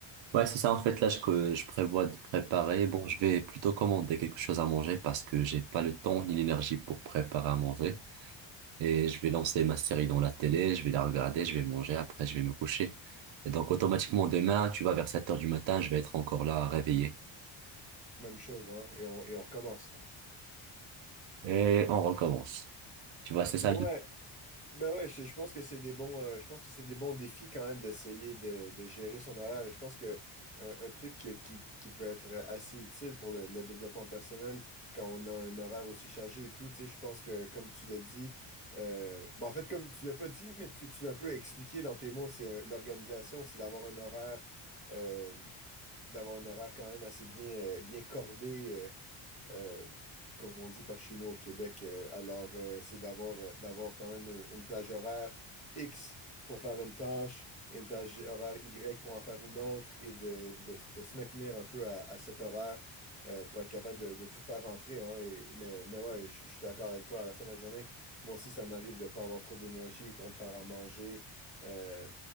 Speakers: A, on the right; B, on the left.
A: Ouais, c'est ça en fait là je- que je prévois de préparer. Bon, je vais plutôt commander quelque chose à manger parce que j'ai pas le temps ni l'énergie pour préparer à manger. Et je vais lancer ma série dans la télé, je vais la regarder, je vais manger, après je vais me coucher. Et donc automatiquement demain, tu vois, vers 7 heures du matin, je vais être encore là réveillé.
B: même chose, hein? Et on, et on recommence.
A: Et on recommence. Tu
B: <laughs>
A: vois, c'est
B: Mais
A: ça.
B: ouais.
A: le-
B: Ben ouais, je, je pense que c'est des bons, euh, je pense que c'est des bons défis quand même d'essayer de, de gérer son horaire. Et je pense que euh, un truc qui, qui, qui peut être assez utile pour le, le développement personnel quand on a un horaire aussi chargé et tout, tu sais, je pense que comme tu l'as dit, euh, ben en fait, comme tu l'as pas dit, mais tu, tu l'as un peu expliqué dans tes mots, c'est euh, l'organisation, c'est d'avoir un horaire, euh, d'avoir un horaire quand même assez bien, euh, bien cordé. euh, euh, comme on dit par chez nous au Québec. Euh, alors, euh, c'est d'avoir euh, d'avoir quand même une, une plage horaire X pour faire une tâche et une plage horaire Y pour en faire une autre et de, de- de se maintenir un peu à, à cet horaire euh, pour être capable de, de tout faire rentrer. hein. Et- mais, mais ouais, je je suis d'accord avec toi. À la fin de la journée, moi aussi, ça m'arrive de ne pas avoir trop d'énergie pour me faire à manger. Euh,